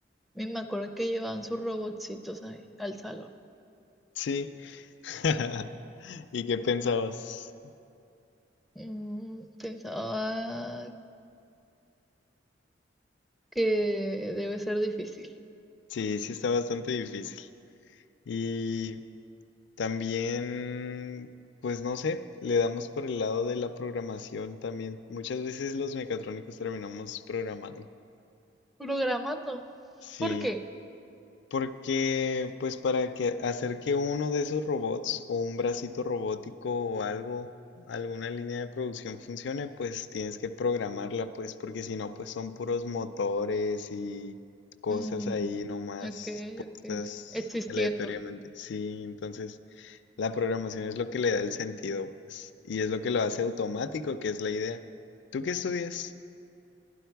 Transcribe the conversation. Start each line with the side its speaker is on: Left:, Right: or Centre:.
Centre: Y me acuerdo que llevaban sus robotcitos ahí al salón.
Left: Sí. <laughs> ¿Y qué pensabas?
Centre: Mm, pensaba que debe ser difícil.
Left: Sí, sí está bastante difícil. Y también, pues no sé, le damos por el lado de la programación también. Muchas veces los mecatrónicos terminamos programando.
Centre: Programando.
Left: Sí.
Centre: ¿Por qué?
Left: Porque, pues para que hacer que uno de esos robots o un bracito robótico o algo, alguna línea de producción funcione, pues tienes que programarla, pues porque si no, pues son puros motores y cosas
Centre: Mm,
Left: ahí nomás
Centre: Ok,
Left: puestas
Centre: ok. Existiendo.
Left: aleatoriamente. Sí, entonces la programación es lo que le da el sentido, pues, y es lo que lo hace automático, que es la idea. ¿Tú qué estudias?